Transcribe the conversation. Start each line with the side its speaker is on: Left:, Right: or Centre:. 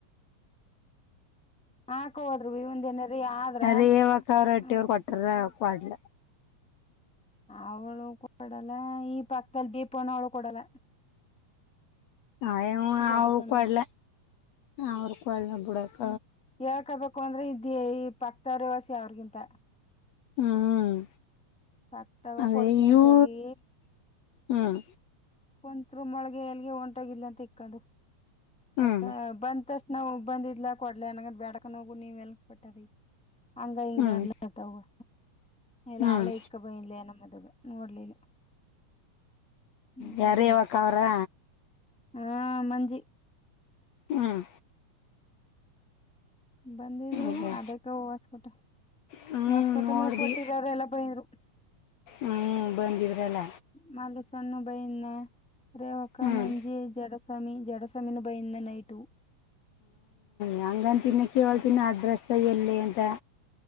Centre: ಹಾಕ ಹೋದ್ರು ಇವಂದ ಏನಾರ ಆದ್ರ
Left: ಅ್ರ ಯಾವ ಅವ್ರ ಹೊಟ್ಟಿವ್ರ
Centre: ಹ್ಮ್
Left: ಕೊಟ್ಟಾರ.
Centre: ಅವಳು ಕೊಡಲ್ಲ ಈ ಪಕ್ಕದಲ್ಲಿ ದೀಪವನ್ನು ಅವಳು ಕೊಡಲ್ಲ.
Left: ಹವ
Centre: ಜಡ
Left: ಅವ್ರ
Centre: ಸ್ವಾಮಿ
Left: ಕೊಡ್ಲ
Centre: ಇರ್ತ
Left: ಅವ್ರ ಕೊಡ್ಲ ಬಿಡಕ.
Centre: ಹೇಳ್ಕ್ಬೇಕು ಅಂದ್ರೆ ಇದ ಈ ಪಕ್ತ ರೇವಾಸಿ ಅವ್ರಿಗಿಂತ.
Left: ಹ್ಮ್
Centre: ಪಕ್ತವ
Left: ಅದೇ
Centre: ಕೊಡ್ತನಿ
Left: ಇವೂ
Centre: ಅಂತ ಹೋಗಿ
Left: ಹ್ಮ್
Centre: ಒಂತ್ರು ಮೊಳಗೆ ಎಲ್ಲಿಗೆ ಒಂಟ್ಟೋಗಿದ್ಲಂತೆ ಇಕ್ಕೊಂದು
Left: ಹ್ಮ್
Centre: ಅಕ್ಕ ಬಂತಷ್ಟ ನಾವು ಬಂದಿದ್ಲ ಕೊಡ್ಲ ಅನಂಗ ಬ್ಯಾಡಕನ್ ಹೋಗು ನೀವೆಲ್ಲಿಗ್ ಕೊಟ್ಟ ರಿ ಹಂಗ ಇಂಗ
Left: ಹ್ಮ್
Centre: ಅಂದ್ಲಂತ ಅವ್ವ ಎಲ್ಲಾ
Left: ಹ್ಮ್
Centre: ಅವಳೇ ಇಕ್ಕ್ ಒಯ್ಲೆನ ಮದವೆ ನೋಡ್ಲಿಲ್ಲ ಹ್ಮ್
Left: ಯಾರಿಯವಕಾವರ್
Centre: ಹಾ ಮಂಜಿ
Left: ಹ್ಮ್
Centre: ಬಂದಿದ್ರು
Left: ಅದೇ
Centre: ಅದಕ್ಕ ಹೊಸ್ಕೊಟ
Left: ಹ್ಮ್
Centre: ಹೊಸ್ಕೊಟ
Left: ನೋಡ್ದಿ
Centre: ಮೂಳ ಕೊಟ್ಟಿರ್ರ ಎಲ್ಲ ಬಂದಿದ್ರು
Left: ಹ್ಮ್ ಬಂದಿದ್ರಲ್ಲ
Centre: ಮಾಲೆ ಸಣ್ಣ ಬಯಣ್ಣ ರೇವಕ್ಕ
Left: ಹ್ಮ್
Centre: ಮಂಜಿ ಜಡಸ್ತ್ ಸಮಿ ಜಡ ಸಾಮೀನು ಬಂದಿದ್ನ ಬಯಿಂದ ನೈಟ
Left: ಹೆಂಗಂತಿನ ಕೇಳ್ತನ
Centre: ಬಿಟ್ಟ
Left: ಅಡ್ರೆಸ್ಸ್ದ್ಎಲ್ಲಿ ಅಂತ